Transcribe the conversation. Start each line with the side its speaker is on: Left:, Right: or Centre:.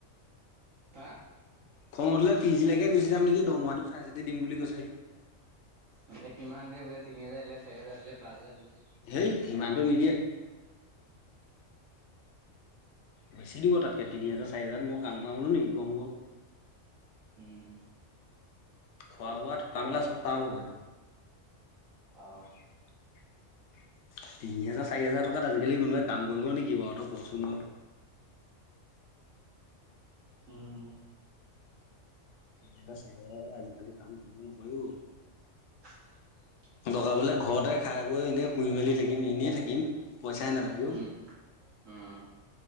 Right: হা।
Left: খং উঠিলে পি জিলৈকে গুচি যাম নেকি দৰমহাটো চাই চিতি দিম বুলি কৈছেহি
Right: মানে কিমান দিয়ে বোলে তিনি হাজাৰ দিলে চাৰি হাজাৰ দিলে পাঁচ হাজাৰ দিলে।
Left: হেই সিমানটো নিদিয়ে। বেছি দিব তাতকে তিনি হাজাৰ চাৰি হাজাৰ মই কাম কৰা মানো নেকি কম ক।।
Right: উম।
Left: খোৱা বোৱা থকা মেলা চব তাৰ ভাগৰে।
Right: অ
Left: তিনি হেজাৰ চাৰি হেজাৰ টকাত আজিকালি কোনোবাই কাম কৰিব নেকি বাৰু তই- কচোন বাৰু।
Right: উম।
Left: তিনি হাজাৰ চাৰি হাজাৰ আজিকালি কাম কোনো নকৰে অ।
Right: <unintelligible>
Left: টকা বোলে ঘৰতে খাই বৈ এনেই শুই মেলি থাকিম, এনেই থাকিম পইচাই নালাগেও।
Right: উম উম।